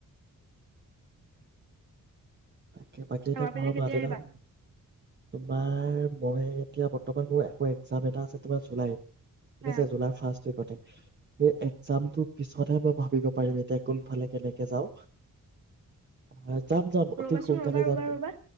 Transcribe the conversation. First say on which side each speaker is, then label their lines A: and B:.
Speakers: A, on the right; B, on the right.
A: তাকে, বাকী এতিয়া
B: আমাৰ পিনে
A: ঘৰৰ
B: কেতিয়া
A: মা দেউতাহঁত
B: আহিবা
A: তোমাৰ, মই এতিয়া বৰ্তমান <unintelligible> একজাম এটা আছে তোমাৰ জুলাই, ঠিক
B: হা
A: আছে, জুলাই ফ্ৰষ্ট ওইকতে, একজামটো পিছতহে মই ভাবিব পাৰিম এতিয়া কোনফালে কেনেকে যাওঁ, আ, যাম, যাম। অতি
B: ৰ'বাচোন
A: সোনকালে
B: ৰ'বা, ৰ'বা,
A: যাম অ
B: ৰ'বা